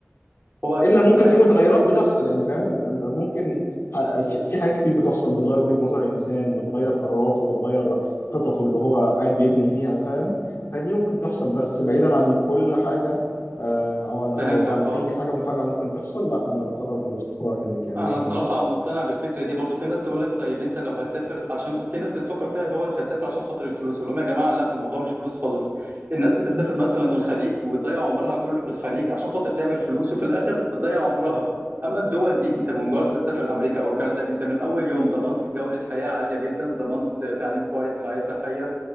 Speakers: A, on the right (about 45°); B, on the left (about 60°).
A: هو اكيد
B: الا ممكن
A: يستحقوا
B: في متغيرات بتحصل يعني فاهم أما ممكن ه- في في حاجات كتير بتحصل بتغير وجهة نظر الانسان بتغير قراراته بتغير خططه اللي هو قاعد بيبني فيها فاهم فدي ممكن تحصل بس بعيدا عن كل حاجة آه، او عن او
A: فهمتك
B: عن
A: اه
B: اي حاجة مفاجأة ممكن تحصل لا انا مقرر الاستقرار هناك يعني
A: انا
B: بإذن
A: الصراحه مقتنع بالفكره دي برضو في ناس تقول لك طيب انت لو هتسافر عشان في ناس بتفكر فيها اللي هو انت هتسافر عشان خاطر الفلوس اقول لهم يا جماعه لا الموضوع مش فلوس خالص الناس اللي بتسافر
B: الله
A: مثلا الخليج وتضيع عمرها كله في الخليج عشان خاطر تعمل فلوس وفي الاخر بتضيع عمرها اما الدول دي انت بمجرد ما تسافر امريكا او كندا انت من اول يوم ضمنت جوده حياه عاليه جدا ضمنت تعليم كويس رعايه صحيه